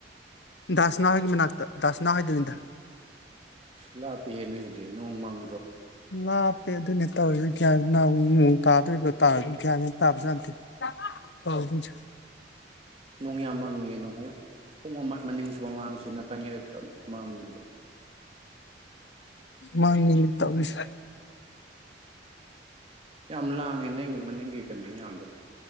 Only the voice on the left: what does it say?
ꯗꯥꯁꯅꯥ ꯍꯣꯏꯒꯤ ꯃꯅꯥꯛꯇ ꯗꯥꯁꯅꯥ ꯍꯣꯏꯗꯅꯤꯗ
ꯂꯥꯞꯄꯦ ꯑꯗꯨꯅꯦ ꯇꯧꯔꯤꯁꯦ ꯒꯤꯌꯥꯟ ꯑꯃ ꯉꯥꯎꯏ ꯇꯥꯗꯣꯏꯕꯣ ꯇꯥꯔꯣꯏ ꯗꯧꯔꯤꯕꯣ ꯒ꯭ꯌꯥꯟ ꯃꯦꯟ ꯇꯥꯕꯖꯥꯠ ꯅꯠꯇꯦ ꯇꯧꯔꯤꯁꯦ
ꯃꯥꯅꯤ ꯇꯧꯔꯤꯁꯦ